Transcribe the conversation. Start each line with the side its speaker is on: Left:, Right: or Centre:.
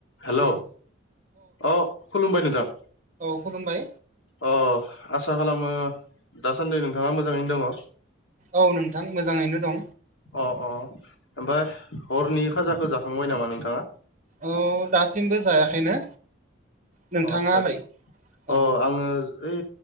Left: हेल' अ खुलुमबाय नोंथां।
Right: औ खुलुमबाय।
Left: अ आसा खालामो दासान्दि नोंथाङा मोजाङैनो दङ।
Right: औ नोंथां मोजाङैनो दं।
Left: अ अ ओमफफ्राय हरनि खाजाखौ जाखांबाय नामा नोंथाङा?
Right: औ दासिमबो जायाखैनो। नोंथाङालाय
Left: अ आतसा आसा
Right: औ
Left: अ आङो ओइ